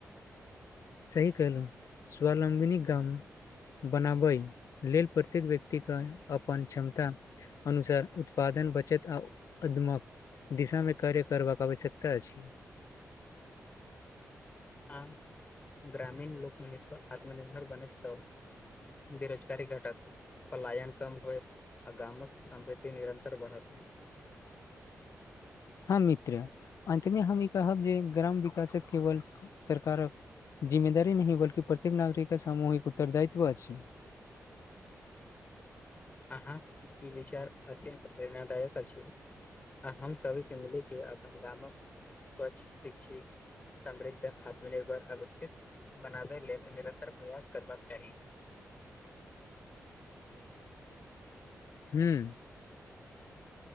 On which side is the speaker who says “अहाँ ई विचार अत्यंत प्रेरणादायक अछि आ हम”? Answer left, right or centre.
Left